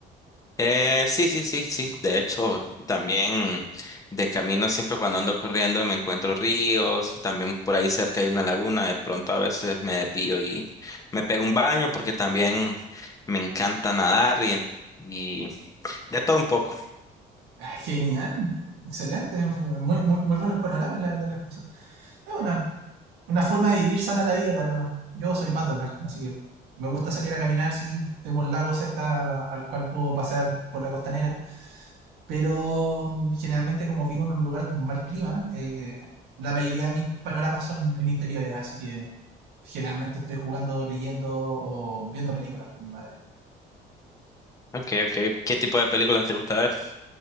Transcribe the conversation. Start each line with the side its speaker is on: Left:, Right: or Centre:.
Left: Eh, sí, sí, sí, sí. De hecho, también de camino siempre cuando ando corriendo me encuentro ríos, también por ahí cerca hay una laguna, de pronto a veces me desvío y me pego un baño porque también me encanta nadar y, y de todo un poco.
Right: Ah, genial, excelente, muy, muy, muy buenos panoramas, la verdad, las cosas. Es una, una forma de vivir sana la vida, la verdad. Yo soy más de hogar, así que me gusta salir a caminar, si tengo un lago cerca al cual puedo pasar por la costanera, pero mm, generalmente como vivo en un lugar con mal clima, eh, la mayoría de mis panoramas son en interiores, así que generalmente estoy jugando, leyendo o viendo películas con mi madre.
Left: Okay, okay. ¿Qué tipo de películas te gusta ver?